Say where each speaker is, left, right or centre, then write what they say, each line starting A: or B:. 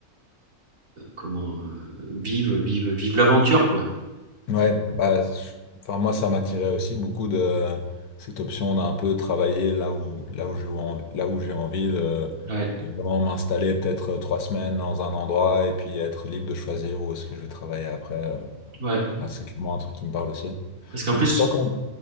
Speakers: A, on the right; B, on the left.
A: comment, heu, vivent vivent vivent l'aventure, quoi.
B: Ouais, bah, je- enfin, moi, ça m'attirait aussi beaucoup de cette option d'un peu travailler là où, là où j'ai envie, là où j'ai envie de,
A: Ouais,
B: de vraiment m'installer peut-être euh, trois semaines dans un endroit et puis être libre de choisir où est-ce que je vais travailler après. euh.
A: ouais,
B: Enfin, c'est clairement un truc qui me parle aussi.
A: parce qu'en
B: Mais
A: plus
B: toi, quand,